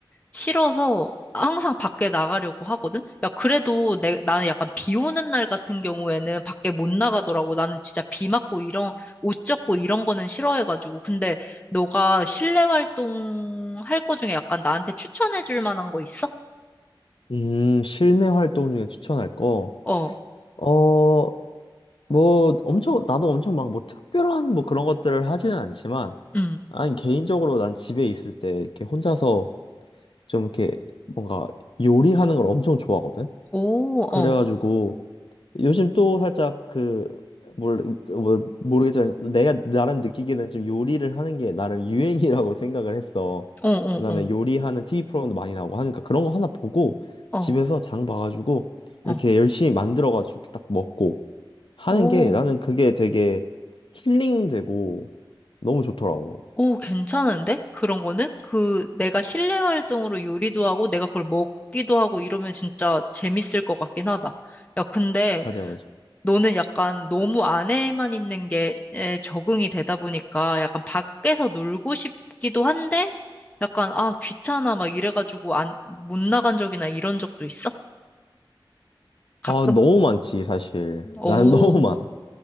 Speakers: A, on the left (about 15°); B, on the left (about 80°).
A: 싫어서 항상 밖에 나가려고 하거든? 야, 그래도 내, 나는 약간 비 오는 날 같은 경우에는 밖에 못 나가더라고. 나는 진짜 비 맞고 이런, 옷 젖고 이런 거는 싫어해가지고. 근데 너가 실내 활동 할 거 중에 약간 나한테 추천해 줄 만한 거 있어?
B: 음, 실내 활동 중에 추천할 거.
A: 어,
B: 어, 뭐 엄청 나도 엄청 막 뭐 특별한 뭐 그런 것들을 하지는 않지만
A: 음.
B: 아니 개인적으로 난 집에 있을 때 이렇게 혼자서 좀 이렇게 뭔가 요리하는 걸 엄청 좋아하거든.
A: 오,
B: 그래가지고
A: 어,
B: 요즘 또 살짝 그뭘뭐 모르겠지만 내가 나름 느끼기에는 좀 요리를 하는 게 나름 유행이라고 <laughs> 생각을 했어.
A: 어, 어,
B: 그다음에 요리하는 TV 프로그램도 많이 나오고 하니까 그런 거 하나 보고
A: 어,
B: 집에서 장 봐가지고
A: 어,
B: 이렇게
A: 어,
B: 열심히 만들어가지고 이렇게 딱 먹고 하는
A: 오.
B: 게 나는 그게 되게 힐링되고 너무 좋더라고.
A: 오, 괜찮은데? 그런 거는? 그 내가 실내 활동으로 요리도 하고 내가 그걸 먹기도 하고 이러면 진짜 재밌을 것 같긴 하다. 야, 근데
B: 맞아, 맞아.
A: 너는 약간 너무 안에만 있는 게 에, 적응이 되다 보니까 약간 밖에서 놀고 싶기도 한데 약간 아, 귀찮아 막 이래가지고 안, 못 나간 적이나 이런 적도 있어? 가끔?
B: 아, 너무 많지, 사실.
A: 오,
B: 나는 <laughs> 너무 많아.